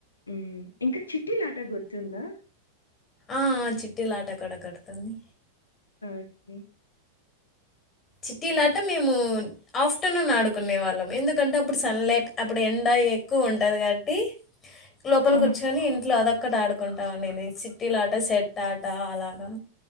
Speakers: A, on the left; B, on the left.
A: ఉమ్మ్ ఇంకా చిట్టీలాటా గుర్తుందా
B: ఆఆ చిట్ట్టటిలాటక్కడ కడుతుంది
A: ఓకే
B: చిట్టీలాట మేము ఆఫ్టర్నూన్ ఆడుకునే వాళ్ళం ఎందుకంటే అప్పుడు సన్ లైట్ అప్పుడు ఎండా ఎక్కువ ఉంటది కాబట్టి లోపల
A: ఆ
B: కూర్చుని ఇంట్లో అదొక్కటి ఆడుకుంటావుండిని చి ట్టిలాట సెట్ ఆట అలాగా